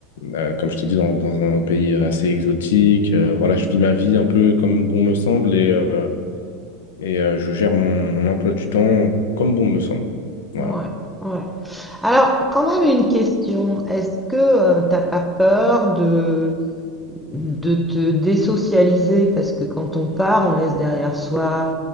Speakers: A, on the left; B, in the centre.
A: euh, comme je t'ai dit, dans, dans un pays assez exotique. euh, voilà, je vis ma vie un peu comme bon me semble et, euh, et euh, je gère mon, mon emploi du temps comme bon me semble. Voilà.
B: Ouais, ouais. Alors, quand même une question. Est-ce que tu t'as pas peur de, de te désocialiser? Parce que quand on part, on laisse derrière soi,